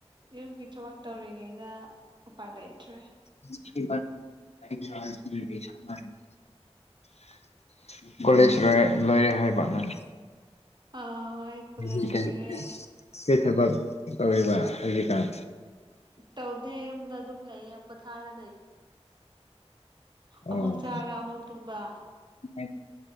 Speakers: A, on the right; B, on the left.
A: ꯌꯨꯝꯒꯤ ꯊꯕꯛ ꯇꯧꯔꯤꯉꯩꯗ ꯎꯄꯥꯏ ꯂꯩꯇ꯭ꯔꯦ
B: <unintelligible> ꯀꯣꯂꯦꯖ ꯂꯣꯏꯔꯦ ꯂꯣꯏꯔꯦ ꯍꯥꯏꯕ ꯅꯪ
A: ꯑꯥ ꯑꯩ ꯀꯣꯂꯦꯖ
B: <inaudible>
A: ꯂꯣꯏꯔꯦ
B: ꯊꯕꯛ ꯇꯧꯔꯤꯕꯥ ꯍꯧꯖꯤꯛꯀꯥꯟ
A: ꯇꯧꯗꯦ ꯌꯨꯝꯗ ꯑꯗꯨꯝ ꯂꯩꯌꯦ ꯄꯣꯊꯥꯔ
B: ꯑꯣ
A: ꯑꯃꯨꯛ ꯆꯥꯔ ꯑꯃꯨꯛ ꯇꯨꯝꯕ
B: <unintelligible>